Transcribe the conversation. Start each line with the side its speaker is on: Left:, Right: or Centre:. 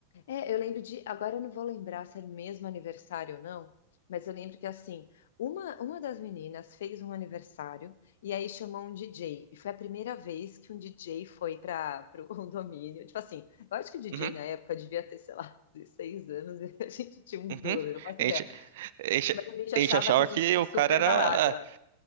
Left: É, eu lembro de. Agora eu não vou lembrar se era o mesmo aniversário ou não, mas eu lembro que assim, uma, uma das meninas fez um aniversário e aí chamou um DJ. E foi a primeira vez que um DJ foi para o <laughs> condomínio. Tipo assim, eu acho que o DJ
Right: Uhum,
Left: na época devia ter, sei lá, 16 anos e a gente tinha uns
Right: uhum.
Left: 12, não faço
Right: A
Left: ideia.
Right: gente, a gente,
Left: Mas a gente achava
Right: a gente achava
Left: que a gente
Right: que
Left: era
Right: o
Left: super
Right: cara era.
Left: balada.